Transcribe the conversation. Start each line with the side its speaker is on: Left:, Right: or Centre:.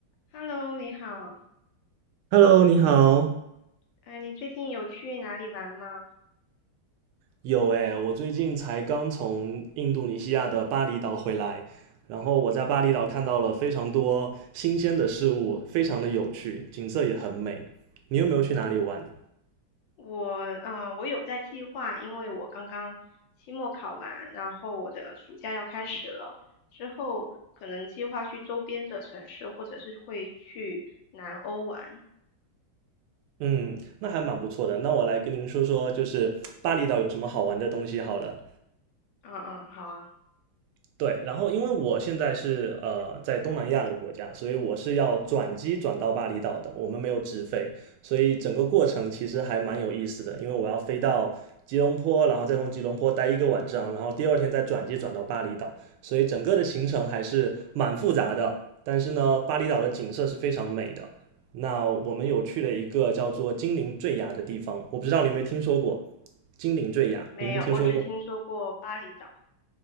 Left: Hello，你好，
Right: Hello，你好。
Left: 哎，你最近有去哪里玩吗？
Right: 有诶，我最近才刚从印度尼西亚的巴厘岛回来，然后我在巴厘岛看到了非常多新鲜的事物，非常的有趣，景色也很美。你有没有去哪里玩？
Left: 我，啊，我有在计划，因为我刚刚期末考完，然后我的暑假要开始了，之后可能计划去周边的城市，或者是会去南欧玩。
Right: 嗯，那还蛮不错的。那我来跟您说说，就是巴厘岛有什么好玩的东西好了。
Left: 嗯嗯，好啊，
Right: 对，然后因为我现在是呃在东南亚的国家，所以我是要转机转到巴厘岛的，我们没有直飞，所以整个过程其实还蛮有意思的，因为我要飞到吉隆坡，然后再从吉隆坡待一个晚上，然后第二天再转机转到巴厘岛，所以整个的行程还是蛮复杂的。但是呢，巴厘岛的景色是非常美的。那我们有去了一个叫做金陵坠崖的地方，我不知道你有没有听说过金陵坠崖，
Left: 没有，
Right: 您听说过吗？
Left: 我只听说过巴厘岛。